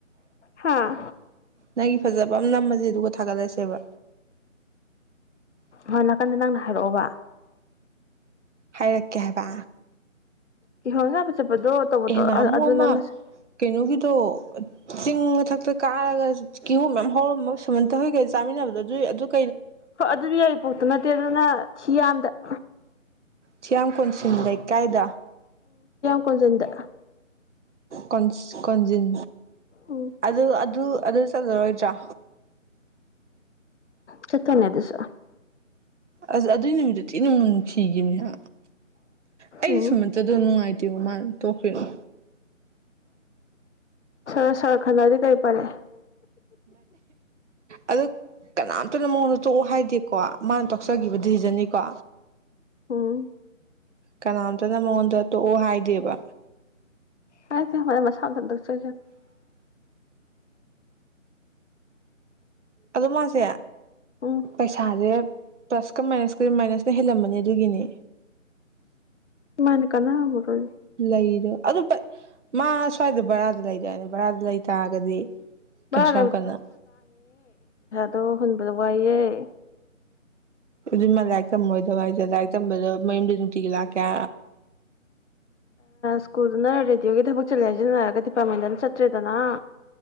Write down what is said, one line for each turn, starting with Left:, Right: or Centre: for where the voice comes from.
Left: ꯍꯥꯥ
Right: ꯅꯪꯒꯤ ꯐꯖꯕ ꯑꯃ ꯅꯝꯃꯁꯦ ꯑꯗꯨꯒ ꯊꯥꯒꯠꯂꯁꯦꯕ
Left: ꯍꯣꯏ ꯅꯥꯀꯟꯗ ꯅꯪꯅ ꯍꯥꯏꯔꯛꯑꯣꯕ
Right: ꯍꯥꯏꯔꯛꯀꯦ ꯍꯥꯏꯕ
Left: ꯀꯤꯍꯣꯝ ꯆꯥꯕ ꯆꯠꯄꯗꯣ ꯇꯧꯕꯗꯣ
Right: ꯑꯦ ꯅꯍꯥꯟꯃꯨꯛ
Left: ꯑꯗꯨ
Right: ꯑꯃ
Left: ꯅꯪꯅ
Right: ꯀꯩꯅꯣꯒꯤꯗꯣ ꯆꯤꯡ ꯃꯊꯛꯇ ꯀꯥꯔꯒ ꯀꯤꯍꯣꯞ ꯃꯌꯥꯝ ꯍꯧꯔꯝꯕ ꯁꯨꯝꯃꯟꯇ ꯍꯣꯏꯒꯩ ꯆꯥꯃꯤꯟꯅꯕꯗꯣ ꯑꯗꯨꯏ
Left: ꯍꯣꯏ ꯑꯗꯨꯗꯤ ꯌꯥꯏꯔꯤꯄꯣꯛꯇ ꯅꯠꯇꯦ ꯑꯗꯨꯅ ꯊꯤꯌꯥꯝꯗ
Right: ꯆꯌꯥꯌꯥꯝ ꯀꯣꯟꯁꯤꯟ ꯂꯩ ꯀꯥꯏꯗ
Left: ꯀꯣꯟꯖꯟꯗ
Right: ꯀꯣꯟꯁ ꯀꯣꯟꯖꯤꯤꯟ
Left: ꯎꯝ
Right: ꯑꯗ ꯑꯗꯨ ꯑꯗꯨ ꯆꯣꯏ꯭ꯔ
Left: ꯆꯀꯅꯗꯨꯁ
Right: ꯑꯁ ꯑꯗꯨꯏ ꯅꯨꯃꯤꯠꯇꯨ ꯊꯤ ꯅꯨꯡꯅ ꯅꯨꯡꯁꯤꯈꯤꯕꯅꯤꯍ ꯑꯩꯗꯤ
Left: ꯎꯝ
Right: ꯁꯨꯝꯃꯠꯇꯗꯣ ꯅꯨꯡꯉꯥꯏꯇꯦꯕ ꯃꯥ ꯇꯣꯛꯈ꯭ꯔꯤꯅꯣ
Left: ꯁꯔ ꯁꯔ ꯈꯟꯅꯗꯤ ꯀꯩ ꯄꯔꯦ
Right: ꯑꯗꯨ ꯀꯅꯥꯝꯇꯅ ꯃꯉꯣꯟꯗ ꯇꯣꯛꯑꯣ ꯍꯥꯏꯗꯦꯀꯣ ꯃꯥꯅ ꯇꯣꯛꯆꯈꯤꯕ ꯗꯤꯁꯤꯖꯟꯅꯤꯀꯣ
Left: ꯎꯝ
Right: ꯀꯅꯥꯝꯇꯅ ꯃꯉꯣꯟꯗ ꯇꯣꯛꯑꯣ ꯍꯥꯏꯗꯦꯕ
Left: ꯍꯥꯏꯥꯏ ꯃ ꯃ ꯁꯥꯟꯗ ꯆ
Right: ꯑꯗꯨ ꯃꯥꯁꯦ
Left: ꯎꯝ
Right: ꯄꯩꯁꯥꯁꯦ ꯄ꯭ꯂꯁꯀ ꯃꯥꯏꯅꯁꯀ ꯃꯥꯏꯅꯁꯅ ꯍꯦꯜꯂꯝꯃꯅꯤ ꯑꯗꯨꯒꯤꯅꯤ
Left: ꯃꯥꯥꯏꯅ ꯀꯅꯥꯕꯔꯣꯏ
Right: ꯂꯩ ꯂꯩꯗꯨ ꯑꯗꯨ ꯃꯥ ꯁ꯭ꯋꯥꯏꯗ ꯕꯔꯥꯗ ꯂꯩꯗ ꯍꯥꯏꯏꯅꯦ ꯕꯔꯥꯗ ꯂꯩ ꯇꯥꯔꯒꯗꯤ
Left: ꯚꯔꯥ
Right: ꯀꯩꯁꯨ ꯌꯥꯝ ꯀꯟꯅꯣ
Left: ꯇꯣ ꯍꯨꯟꯕꯗꯣ ꯋꯥꯏꯑꯦ
Right: ꯑꯗꯨ ꯃꯥ ꯂꯥꯏꯔꯤꯛ ꯇꯝꯃꯣꯏꯗꯕ ꯍꯥꯏꯁꯦ ꯂꯥꯏꯔꯤꯛ ꯇꯝꯕꯗꯣ ꯃꯌꯨꯝꯗꯤ ꯅꯨꯡꯇꯤꯒꯤ ꯂꯥꯛꯀꯦ
Left: ꯁ꯭ꯀꯨꯜꯗꯨꯅ ꯔꯦꯗꯤꯑꯣꯒꯤ ꯊꯕꯛ ꯆꯠꯂꯦ ꯍꯥꯏꯖꯤꯟꯅꯔꯒ ꯗꯤꯄꯥꯔꯠꯃꯦꯟꯗꯅ ꯆꯠꯇ꯭ꯔꯦꯗꯅ